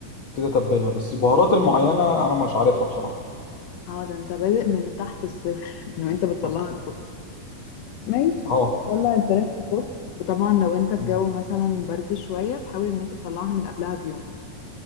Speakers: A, on the left; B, on the left.
A: تبتدي تتبلها بس البهارات المعينه انا مش عارفها بصراحه
B: اه ده انت بادئ من تحت الصفر <laughs> من وانت بتطلعها
A: اه
B: تفك ماشي
A: آه،
B: طلع الفراخ تفك وطبعا لو انت في
A: تمام.
B: جو مثلا برد شويه تحاول ان انت تطلعها من قبلها بيوم